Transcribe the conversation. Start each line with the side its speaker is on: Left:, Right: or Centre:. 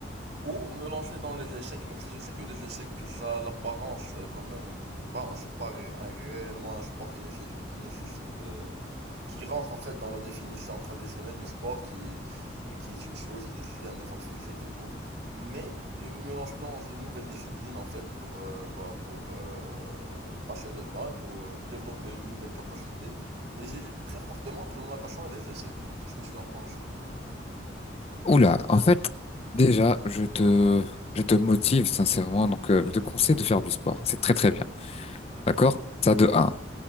Right: ou me lancer dans les échecs, même si je sais que les échecs, ça a l'apparence euh, quand même. Bah, c'est pas ré- un- réellement un sport qui nécessite, qui nécessite euh, qui rentre en fait dans la définition traditionnelle du sport, qui, qui est une chose qui nécessite un effort physique et tout. Mais je veux me lancer dans une nouvelle discipline en fait pour, euh, bah, pour euh, passer le temps et pour euh, développer une nouvelle capacité. Et j'hésite très fortement entre la natation et les échecs. Qu'est-ce que tu en penses?
Left: Oula, en fait, déjà, je te, je te motive sincèrement, donc euh, je te conseille de faire du sport. C'est très très bien, d'accord? Ça de un.